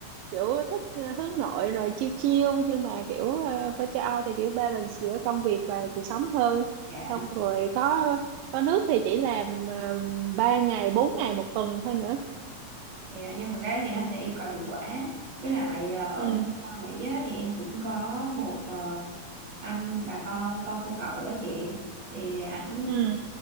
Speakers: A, on the right (about 80°); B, on the right (about 45°).
A: kiểu thích ờ, hướng nội rồi chill chill nhưng mà kiểu ờ, bên châu Âu thì kiểu balance giữa công việc và cuộc sống hơn
B: dạ
A: xong rồi có có nước thì chỉ làm uh, 3 ngày bốn ngày một tuần thôi nữa
B: thì à, nhưng mà cái đó thì nó sẽ yêu cầu hiệu quả với lại à, ở
A: ừ
B: bên à, Mỹ á, thì em cũng có một à, anh bà con con cô cậu á chị thì ảnh
A: ừ